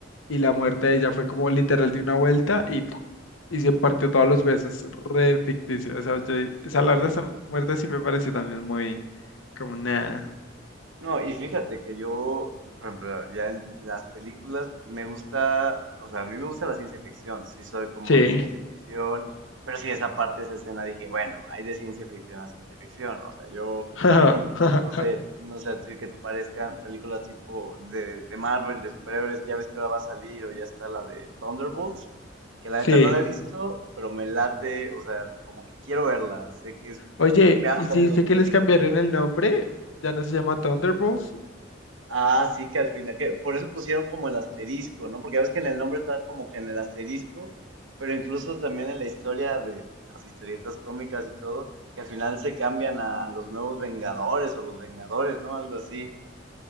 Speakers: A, on the left (about 85°); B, on the right (about 85°).
A: y la muerte de ella fue como literal de una vuelta y, ¡puf! y se partió todos los huesos, re ficticio. O sea, yo, esa
B: sí.
A: la verdad, esa muerte sí me pareció también muy como nada.
B: No, y fíjate que yo, por ejemplo, ya en las películas me gusta, o sea, a mí me gusta la ciencia ficción, sí soy como
A: Sí.
B: de ciencia ficción, pero sí esa parte, esa escena dije, bueno, hay de ciencia ficción a ciencia ficción, o sea, yo,
A: <laughs>
B: por ejemplo, no sé, no sé a ti qué te parezcan películas tipo de, de Marvel, de superhéroes, ya ves que ahora va a salir o ya está la de Thunderbolts, que la
A: Sí.
B: neta no la he visto, pero me late, o sea, como que quiero verla, sé que es,
A: Oye,
B: me han
A: ¿y
B: salido
A: si dice que
B: películas.
A: les cambiaron el nombre? Ya no se llama Thunderbolts,
B: Ah, sí, que al final, que por eso pusieron como el asterisco, ¿no? Porque ya ves que en el nombre está como que en el asterisco, pero incluso también en la historia de las historietas cómicas y todo, que al final se cambian a los nuevos Vengadores o los Vengadores, ¿no? Algo así.